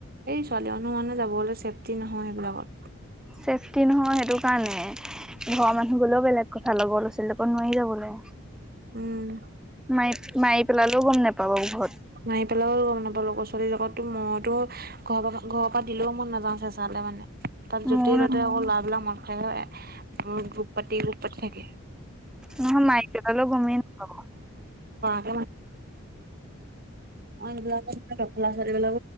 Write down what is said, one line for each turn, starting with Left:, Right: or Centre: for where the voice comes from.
Right: এই ছোৱালী মানুহ মানে যাবলৈ চেফটি নহয় সেইবিলাকত।
Centre: চেফটি নহয় সেইটোৰ কাৰণেহে ঘৰৰ মানুহে গ'লেও বেলেগ কথা লগৰ ল'ৰা ছোৱালী লগত নোৱাৰি যাব'লে।
Right: উম
Centre: মাৰি মাৰি পেলালেও গম নেপাব ঘৰত।
Right: মাৰি পেলালেও গম নাপালোঁ ল'ৰা ছোৱালীৰ লগত, টো মইতো ঘৰৰ ঘৰৰ পৰা দিলেও টো মই নাযাওঁ চেচাঁতে মানে। তাত য'তেই
Centre: মোৰ
Right: ততে আকৌ ল'ৰাবিলাক মদ গ্ৰু-গ্ৰুপ পাতি গ্ৰুপ পাতি থাকে।
Centre: নহয় মাৰিপেলালেও গমেই নাপাব
Right: <unintelligible> অ', এইবিলাক ডফলা ছোৱালীবিলাক